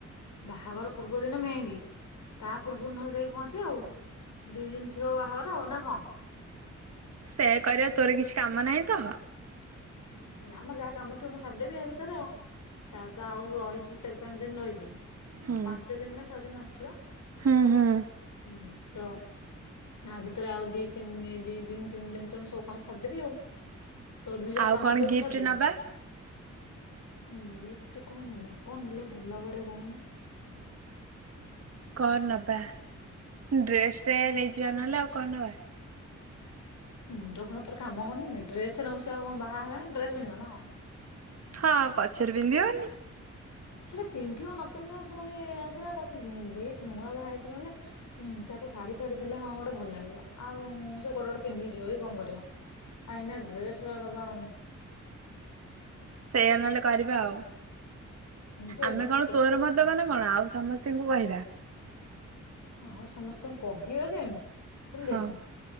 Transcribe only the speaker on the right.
ସେ କରିବା। ତୋର କିଛି କାମ ନାହିଁ ତ।
ହୁଁ
ହୁଁ ହୁଁ।
ଆଉ
କଣ
ଗିଫ୍ଟ
ନବା
କଣ ନବା, ଡ୍ରେସ ଟେ ନେଇଯିବା ନହେଲେ ଆଉ କଣ ନବା?
ହଁ, ପଛରେ ବପିନ୍ଧିବନି।
ସେଇଆ ନହେଲେ କରିବା ଆଉ,
ଆମେ
କଣ
ତୋର ମୋର ଦବାନା କଣ ଆଉ ସମସ୍ତଙ୍କୁ କହିବା।
ହଁ